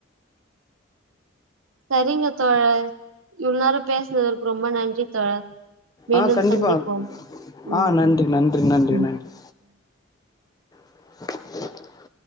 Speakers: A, on the right (about 80°); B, on the left (about 20°).
A: சரிங்க தோழர் இவ்ளநேர பேசுனதுற்கு ரொம்ப நன்றி தோழர் மீண்டும்
B: ஆ கண்டிப்பா
A: சந்திப்போம் ம்
B: ஆ நன்றி
A: ம்
B: நன்றி நன்றி
A: ம்
B: நன்றி <inaudible>